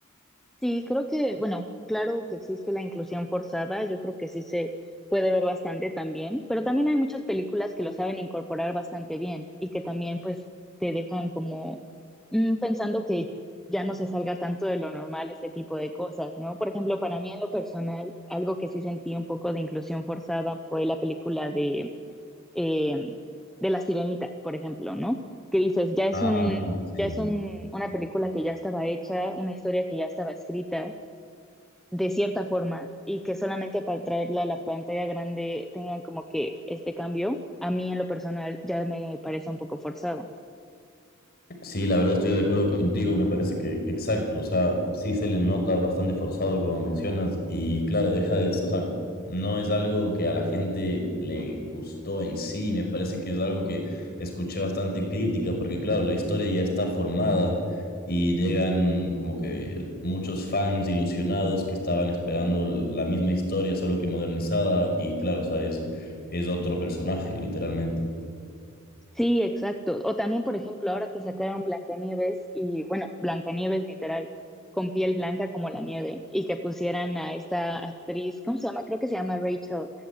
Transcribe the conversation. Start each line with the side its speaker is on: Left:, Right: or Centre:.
Centre: Sí, creo que, bueno, claro que existe la inclusión forzada, yo creo que sí se puede ver bastante también, pero también hay muchas películas que lo saben incorporar bastante bien y que también pues te dejan como mm, pensando que ya no se salga tanto de lo normal este tipo de cosas, ¿no? Por ejemplo, para mí en lo personal, algo que sí sentí un poco de inclusión forzada fue la película de eh, de La Sirenita, por ejemplo, ¿no? Que dices, ya es
Left: Ah,
Centre: un,
Left: sí, sí.
Centre: ya es un, una película que ya estaba hecha, una historia que ya estaba escrita, de cierta forma, y que solamente para traerla a la pantalla grande tengan como que este cambio, a mí en lo personal ya me parece un poco forzado.
Left: Sí, la verdad estoy de acuerdo contigo, me parece que exacto, o sea, sí se le nota bastante forzado como mencionas y claro, deja de, o sea, no es algo que a la gente le gustó en sí, me parece que es algo que escuché bastante crítica porque claro, la historia ya está formada y llegan como que muchos fans ilusionados que estaban esperando la misma historia, solo que modernizada y claro, o sea, es, es otro personaje, literalmente.
Centre: Sí, exacto. O también, por ejemplo, ahora que sacaron Blancanieves y, bueno, Blancanieves literal, con piel blanca como la nieve, y que pusieran a esta actriz, ¿cómo se llama? Creo que se llama Rachel.